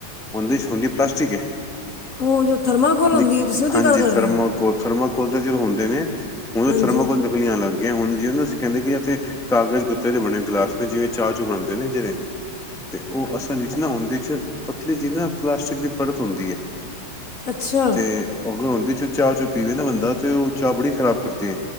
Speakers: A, in the centre; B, on the left.
A: ਉਹਦੇ ਚ ਹੁੰਦੀ ਪਲਾਸਟਿਕ ਏ
B: ਉਹ ਜੋ ਥਰਮਾਕੋਲ ਹੁੰਦੀ
A: ਨਈ
B: ਹੈ ਤੁਸੀਂ ਉਹਦੀ
A: ਹਾਂਜੀ
B: ਗੱਲ ਕਰ
A: ਥਰਮਾਕੋਲ
B: ਰਹੇ ਹੋ।
A: ਥਰਮਾਕੋਲ ਦੇ ਜਿਵੇਂ ਹੁੰਦੇ ਨੇ ਉਹਨੇ
B: ਹਾਂਜੀ
A: ਥਰਮਾਕੋਲ। ਵੀ ਆਣ ਲੱਗ ਗਈਆ ਹੁਣ ਜਿਵੇਂ ਨਾ ਅਸੀਂ ਕਹਿੰਦੇ ਕਾਗਜ਼ ਗੱਤੇ ਦੇ ਬਣੇ ਗਲਾਸ ਜਿਵੇਂ ਚਾਹ ਚੂ ਬਣਾਉਦੇ। ਦੇ ਨੇ ਜਿਹੜੇ ਤੇ ਉਹ ਅਸਲ ਵਿੱਚ ਨਾ ਉਹਦੇ ਚ ਪਤਲੀ ਜੀ ਨਾ ਪਲਾਸਟਿਕ ਦੀ ਪਰਤ ਹੁੰਦੀ ਹੈ।
B: ਅੱਛਾ
A: ਤੇ ਅਗਰ ਉਹਦੇ ਚ ਚਾਹ ਚੂ ਪੀਵੇ ਨਾ ਬੰਦਾ ਤੇ ਉਹ ਚਾਹ ਬੜੀ ਖ਼ਰਾਬ ਕਰਦੀ ਹੈ।